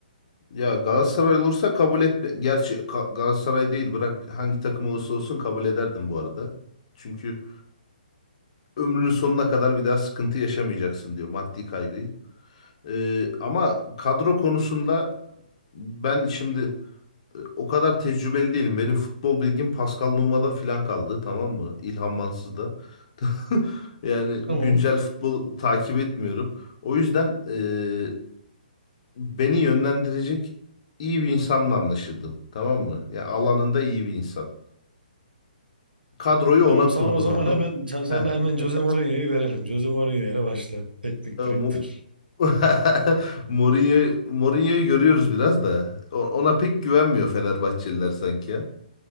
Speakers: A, on the left (about 45°); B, on the right (about 85°).
A: Ya Galatasaray olursa kabul etme. Gerçi Ka- Galatasaray değil bırak hangi takım olursa olsun kabul ederdim bu arada. Çünkü ömrünün sonuna kadar bir daha sıkıntı yaşamayacaksın diyor maddi kaygıyı. Ee, ama kadro konusunda ben şimdi o kadar tecrübeli değilim. Benim futbol bilgim Pascal Nouma'da filan kaldı tamam mı? İlhan Mansız'da. <laughs> Yani güncel
B: Tamam.
A: futbol takip etmiyorum. O yüzden e, beni yönlendirecek iyi bir insanla anlaşırdım. Tamam mı? Ya alanında iyi bir insan. Kadroyu ona
B: Tamam sana
A: kurdururdum.
B: o zaman hemen sen- sana
A: Heh.
B: hemen Jose Mourinho'yu verelim. Jose Mourinho ile başla. Teknik
A: E,
B: direktör.
A: Mo- <laughs> Mourinho, Mourinho'yu görüyoruz biraz da. O- Ona pek güvenmiyor Fenerbahçeliler sanki. ya.